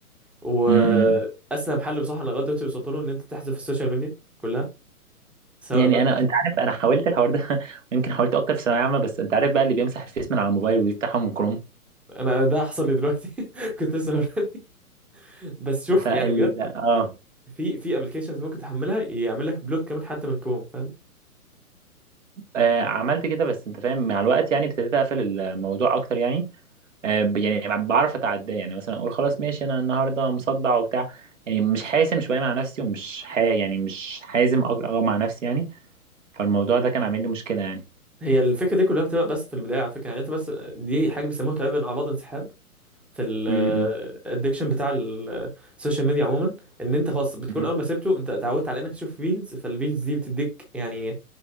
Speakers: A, in the centre; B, on the right.
A: واسلم
B: امم
A: حل بصراحه انا لغايه دلوقتي وصلت له ان انت تحذف السوشيال ميديا كلها سواء
B: يعني
A: بقى
B: انا
A: <laughs>
B: انت عارف انا حاولت الحوار ده <laughs> ويمكن حاولت اكتر في ثانويه عامه بس انت عارف بقى اللي بيمسح الفيس من على الموبايل ويفتحه من كروم
A: انا ده حصل لي دلوقتي <laughs> كنت لسه هقولها لك بس شوف
B: فال
A: يعني بجد
B: اه
A: في في ابلكيشنز ممكن تحملها يعمل لك بلوك كمان حتى من كروم فاهم
B: آه، عملت كده بس انت فاهم مع الوقت يعني ابتديت اقفل الموضوع اكتر يعني آه، ب- يعني بعرف اتعداه يعني مثلا اقول خلاص ماشي انا النهارده مصدع وبتاع يعني مش حاسم شويه مع نفسي ومش ح... يعني مش حازم أج- أه مع نفسي يعني فالموضوع ده كان عامل لي مشكله يعني
A: هي الفكره دي كلها بتبقى بس في البدايه على فكره يعني انت بس دي حاجه بيسموها تقريبا اعراض انسحاب في الادكشن
B: امم
A: بتاع ال- السوشيال ميديا عموما ان انت خلاص بتكون
B: امم
A: اول ما سبته انت اتعودت على انك تشوف ريلز فالريلز دي بتديك يعني